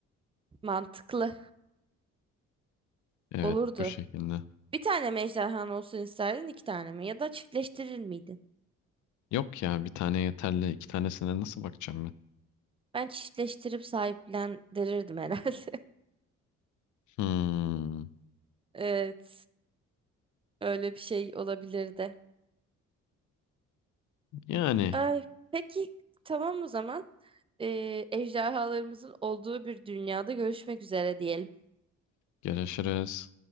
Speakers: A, on the right (about 20°); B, on the left (about 70°).
A: mantıklı
B: Evet,
A: olurdu.
B: bu şekilde.
A: Bir tane mi ejderhan olsun isterdin, iki tane mi? Ya da çiftleştirir miydin?
B: Yok ya bir tane yeterli, iki tanesine nasıl bakacağım ben?
A: Ben çiftleştirip sahiplendirirdim herhalde. <laughs>
B: Hmm,
A: Evet, öyle bir şey olabilirdi.
B: yani
A: Ay, peki tamam o zaman. Ee, ejderhalarımızın olduğu bir dünyada görüşmek üzere diyelim.
B: görüşürüz.